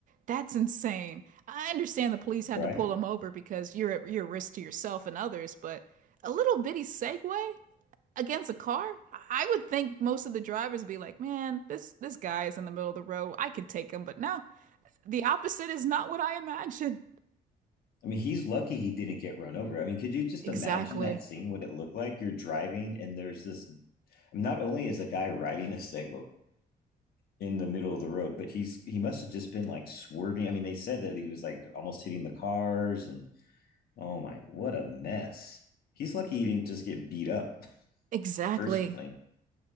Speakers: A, on the right; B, on the left.
A: That's insane. I understand the police had
B: right?
A: to pull him over because you're at your risk to yourself and others, but a little bitty Segway against a car? I would think most of the drivers would be like, "Man, this this guy is in the middle of the road. I could take him." But no, the opposite is not what I imagined.
B: I mean, he's lucky he didn't get run over. I mean, could you just
A: Exactly.
B: imagine that scene? What it looked like? You're driving, and there's this. I mean, not only is a guy riding a Segway in the middle of the road, but he's he must have just been like swerving. I mean, they said that he was like almost hitting the cars, and oh my, what a mess! He's lucky he didn't just get beat up
A: Exactly.
B: personally.